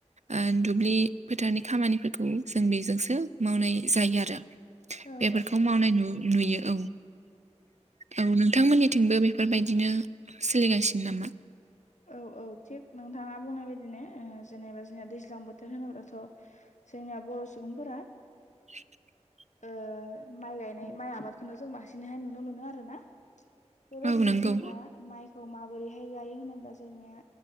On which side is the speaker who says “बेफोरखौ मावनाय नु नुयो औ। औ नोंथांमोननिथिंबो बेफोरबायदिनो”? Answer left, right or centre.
Right